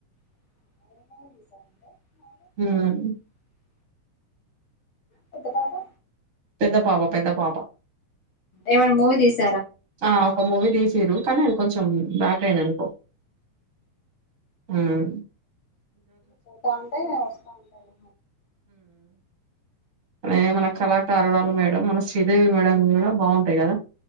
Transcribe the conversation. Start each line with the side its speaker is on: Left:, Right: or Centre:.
Left: <inaudible>
Right: ఉమ్
Left: పెద్ద పాపా
Right: పెద్ద పాప పెద్ద పాప
Left: ఏమన మూవి తీస్
Right: ఆ ఒక మూవీ తీసీరు కానీ అది కొంచెం బాక్ అయిన ఎనుకో ఉం
Left: పోతా ఉంటే వస్తా ఉంటాయి
Right: మ మన కళాకారు వాళ్ళు మేడం మన శ్రీదేవి మేడం కూడా బాగుంటాయి కదా